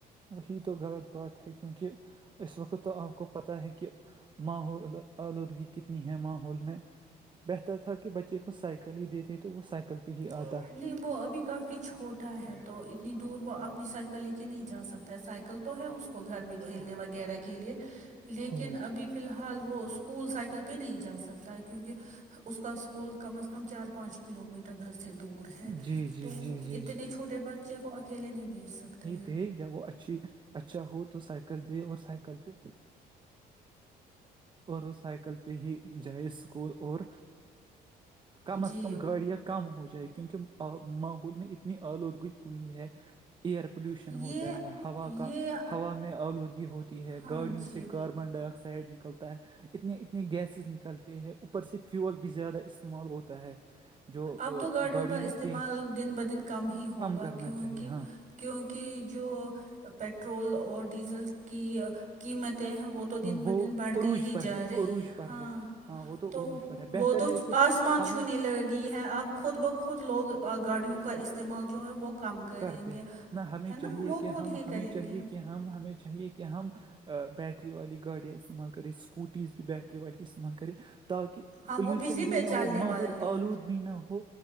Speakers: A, on the right; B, on the right.
A: وہی تو غلط بات ہے کیونکہ اس وقت تو آپ کو پتا ہے کہ م آلودگی کتنی ہے ماحول میں بہتر تھا کہ کہ بچے کو سائیکل ہی دیتے تو وہ سائیکل پہ ہی
B: نہیں
A: آتا
B: وہ ابھی کافی چھوٹا ہے تو اتنی دور وہ اپنی سائیکل لے کے نہیں جا سکتے سائیکل تو ہے اس کو گھر میں کھیلنے وغیرہ کے لیے لیکن
A: ٹھیک
B: ابھی فی الحال وہ اسکول سائیکل پہ نہیں جا سکتا ہے کیونکہ اس کا اسکول کم از کم چار پانچ کلو میٹر گھر سے دور ہے
A: جی جی
B: تو
A: جی جی
B: اتنے
A: جی
B: چھوٹے بچے کو اکیلے نہیں بھیج سکتے ہیں
A: د جب وہ اچھی اچھا ہو تو سائیکل دے اور سائیکل پہ اور سائیکل پہ ہی جائے اسکول اور کم از
B: جی
A: کم گاڑیاں کم ہو جائے کیونکہ ماحول میں اتنی آلودگوی ہوئی ہے ایئر پولوشن
B: یہ
A: ہوتا ہے ہوا
B: یہ
A: کا ہوا میں آلودگی ہوتی ہے
B: ہاں
A: گاڑیوں
B: جی
A: سے کار ن ڈائی آکسائڈ نکلتا ہے اتنے اتنے گیسز نکلتے ہیں اوپر سے فیول بھی زیادہ استعمال ہوتا ہے جو آ،
B: اب تو گاڑیوں کا
A: میں
B: استعمال
A: تیل
B: دن بہدن کم ہی ہوگا
A: کرنا
B: کیونکہ
A: چاہیے ہاں
B: کیونکہ جو پٹرول اور ڈیزل کی قیمتیں ہیں وہ تو دن ب
A: وہ
B: دن بڑھتی
A: عروج
B: ہی
A: پر
B: جا
A: ہے
B: رہی
A: عروج پر
B: ہاں
A: ہے ہاں وہ
B: تو
A: عروج پر ہے بہتر
B: وہ تو
A: ہے کہ
B: آسمان
A: ہمیں
B: چھونے لگی ہے اب خود بخود لوگ گاڑیوں کا استعمال جو ہے وہ کم کریں
A: کرتے
B: گے
A: ہیں نہ ہمیں
B: ہے نا
A: چاہیے
B: وہ
A: کہ
B: خود
A: ہم
B: ہی
A: ہمیں
B: کریں
A: چاہیے
B: گے
A: کہ ہم ہمیں چاہیے کہ ہم بیٹری والی گاڑیاں استعمال کرے سکوٹییز بھی بیٹری والی استعمال کرے تاکہ
B: ہاں
A: پولوشن
B: وہ بجلی
A: بھی
B: پہ
A: نہ
B: چلنے
A: ہو ماحول
B: والی
A: آلود بھی نہ ہو